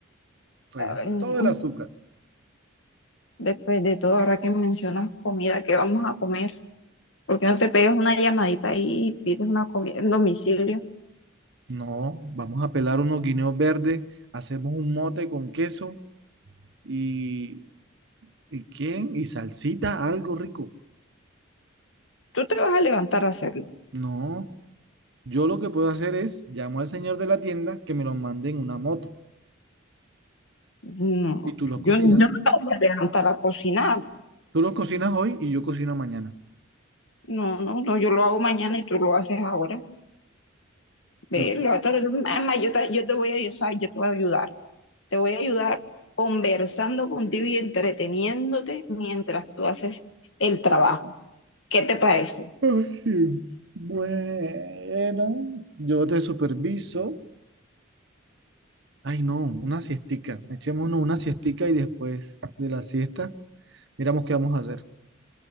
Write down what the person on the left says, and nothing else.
Ay,
no.
Después de todo, ahora que mencionas comida, ¿qué vamos a comer? ¿Por qué no te pegas una llamadita ahí y pides una comida en domicilio?
Tú te vas a levantar a hacerlo.
No,
yo,
yo no me voy a levantar a cocinar.
No, no, no, yo lo hago mañana y tú lo haces ahora. Ve,
levántate tú. Además, yo te, yo te voy a ayudar, yo te voy a ayudar. Te voy a ayudar conversando contigo y entreteniéndote mientras tú haces el trabajo. ¿Qué te parece?